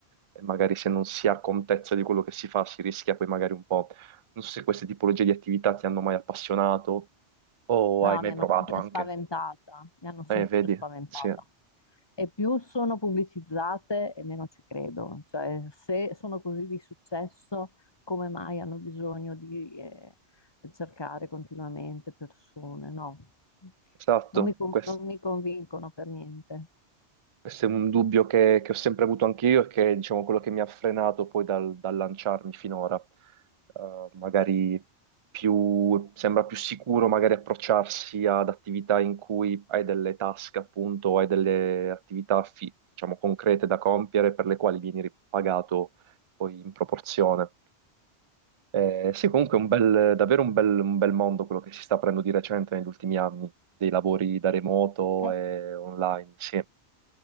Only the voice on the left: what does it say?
No,
mi hanno
sempre
spaventata, mi hanno sempre
spaventata.
E più sono pubblicizzate e meno ci credo. Cioè, se sono così di successo, come mai hanno bisogno di eh, cercare continuamente persone? No,
non mi, con-
non mi convincono per niente.
Eh
sì,